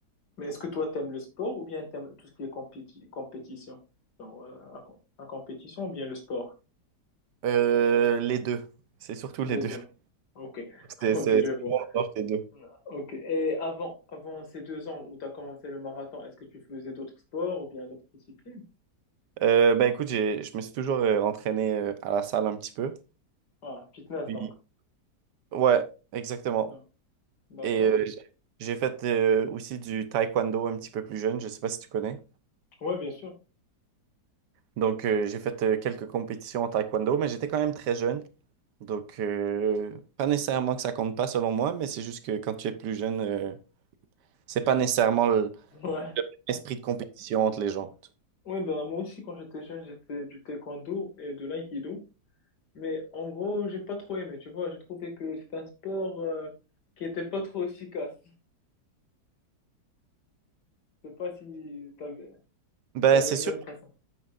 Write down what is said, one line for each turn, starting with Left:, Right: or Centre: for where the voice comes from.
Left: Mais est-ce que toi, t'aimes le sport ou bien t'aimes tout ce qui est compéti- compétition? Genre, euh, la, com- la compétition ou bien le sport?
Right: Euh, les deux. C'est surtout
Left: Les
Right: les deux.
Left: deux.
Right: <laughs>
Left: Ok, <laughs>
Right: C'est
Left: ok,
Right: c'est-
Left: je
Right: c'est
Left: vois.
Right: bon dans les deux.
Left: Ok. Et avant, avant ces deux ans où t'as commencé le marathon, est-ce que tu faisais d'autres sports ou bien d'autres disciplines?
Right: Euh, ben écoute, j'ai, je me suis toujours euh, entraîné euh, à la salle un petit peu.
Left: Ah, fitness
Right: Puis-
Left: donc.
Right: Ouais, exactement.
Left: Non. D'accord.
Right: Et euh, j'ai j'ai fait euh, aussi du taekwondo un petit peu plus jeune. Je sais pas si tu connais.
Left: Ouais, bien sûr.
Right: Donc, euh, j'ai fait euh, quelques compétitions en taekwondo, mais j'étais quand même très jeune. Donc, euh, pas nécessairement que ça compte pas selon moi, mais c'est juste que quand tu es plus jeune, euh, c'est pas nécessairement
Left: Ouais.
Right: l'esprit de compétition entre les gens.
Left: Ouais, ben, moi aussi, quand j'étais jeune, j'ai fait du taekwondo et de l'aïkido. Mais en gros, j'ai pas trop aimé, tu vois. J'ai trouvé que c'est un sport euh, qui était pas trop efficace. Je sais pas si t'avais,
Right: Ben,
Left: t'avais
Right: c'est
Left: le
Right: sûr,
Left: même principe.